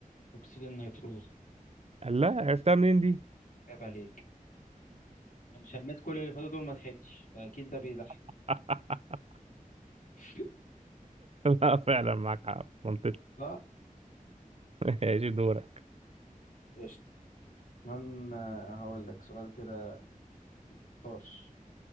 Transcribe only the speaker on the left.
أكسيد النيتروز
عيب عليك أنا شميت كل اللي فاتوا دول ما ضحكتش فأكيد ده بيضحك
<laughs>
صح
قشطة من آه، هقول لك سؤال كده طرش